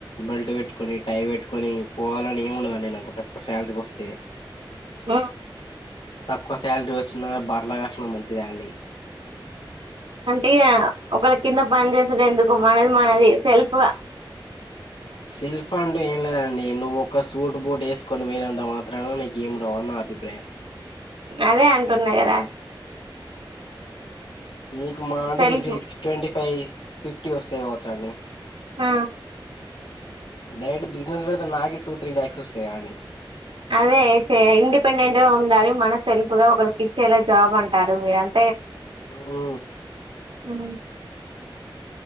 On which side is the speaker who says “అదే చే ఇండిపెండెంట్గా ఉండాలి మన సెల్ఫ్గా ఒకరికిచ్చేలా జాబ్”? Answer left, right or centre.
Right